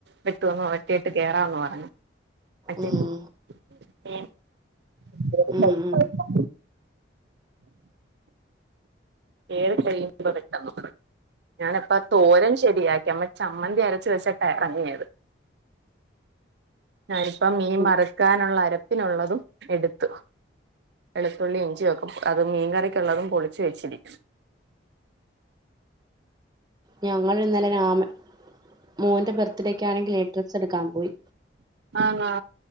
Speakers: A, on the right; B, on the right.
A: വെട്ട്വാന്ന് വെട്ടിയിട്ട് കേറാന്ന് പറഞ്ഞ് <inaudible>
B: ഉം
A: ഏഹ് <inaudible>
B: ഉം ഉം
A: ഏത് <inaudible> ഞാനപ്പൊ തോരൻ <inaudible> യാക്കിമ്മ ചമ്മന്തി അരച്ച് വെച്ചിട്ടാ എറങ്ങിയത് ഞാനിപ്പം മീൻ
B: ഉം
A: വറുക്കാനുള്ള അരപ്പിനുള്ളതും എടുത്തു വെളുത്തുള്ളി ഇഞ്ചിയൊക്കെ അത് മീൻ കറിക്കുള്ളതും പൊളിച്ച് വെച്ചിരിക്ക്ണ്
B: ഞങ്ങളിന്നലെ രാമ മോന്റെ ബർത്ത്ഡേക്കാണെങ്കിലേ ഡ്രസ്സ് എട്ക്കാൻ പോയി
A: ആന്നോ